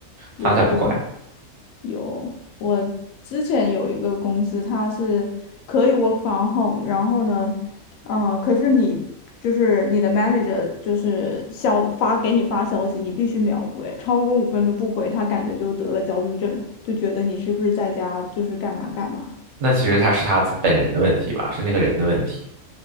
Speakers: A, on the left (about 75°); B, on the right (about 60°).
A: 有这种。
B: 他才不管。
A: 有，我之前有一个公司，它是可以 work from home，然后呢，呃，可是你就是你的 manager 就是消发给你发消息，你必须秒回，超过五分钟不回，他感觉就得了焦虑症，就觉得你是不是在家就是干嘛干嘛。
B: 那其实他是他自本人的问题吧，是那个人的问题。